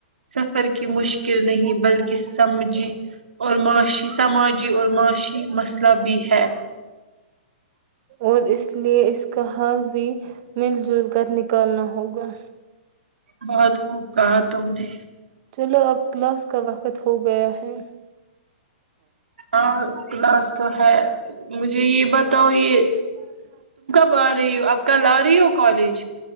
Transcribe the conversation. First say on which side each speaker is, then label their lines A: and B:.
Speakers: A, on the right; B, on the right.
A: سفر کی مشکل نہیں بلکہ سمجھی اور معاشی سماجی اور معاشی مسئلہ بھی ہے
B: اور اس لیے اس کا حال بھی مل جل کر نکالنا ہوگا
A: بہت خوب کہا تم نے
B: چلو اب کلاس کا وقت ہو گیا ہے
A: آ کلاس تو ہے مجھے یہ بتاؤ یہ
B: ہ ہاں
A: اب آ رہی ہو اب کل آ رہی ہو کالج